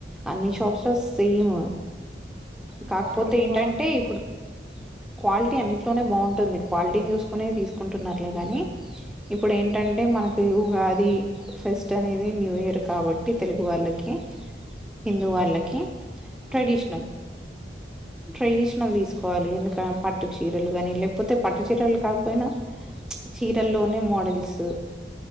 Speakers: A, in the centre; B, on the right (about 55°).
A: అన్ని షాప్స్ లో సేమ్ కాకపోతే
B: క్వాలిటీ
A: ఏంటంటే
B: బాగుంటుందా
A: ఇప్పుడు క్వాలిటీ అన్ని తోనే బాగుం టుంది క్వాలిటీని చూస్ తీసుకుంటున్నాట్లే గనీ ఇప్పుడు ఏంటంటే మనకి ఉగాది ఫెస్ట్ అనేది న్యూ ఇయర్ కాబట్టి తెలుగు వాళ్ళకి, హిందూ వాళ్ళకి ట్రెడిషనల్
B: అవును
A: ట్రెడిషనల్ తీసుకోవాలి ఎందు పట్టు చీరలు గనీ లేకపోతే పట్టు చీరలు కా పోయినా చ్ చీరల్లోనే మోడల్స్